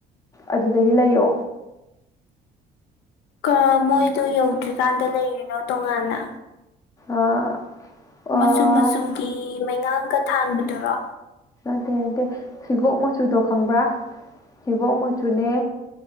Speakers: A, on the left (about 20°); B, on the left (about 85°).
A: ꯑꯗꯨꯗꯒꯤ ꯂꯩꯌꯣ
B: ꯀꯥ ꯃꯣꯏꯗꯣ ꯌꯧꯗ꯭ꯔꯤꯀꯥꯟꯗ ꯂꯩꯔꯤꯅꯣ ꯇꯣꯉꯥꯟꯅ
A: ꯑꯥ ꯑꯥ
B: ꯃꯆꯨ ꯃꯆꯨꯒꯤ ꯃꯩꯉꯥꯡꯒ ꯊꯥꯟꯕꯗꯨꯔꯣ
A: ꯅꯠꯇꯦ ꯅꯠꯇꯦ ꯍꯤꯒꯣꯛ ꯃꯆꯨꯗꯣ ꯈꯪꯕ꯭ꯔꯥ ꯍꯤꯒꯣꯛ ꯃꯆꯨꯅꯦ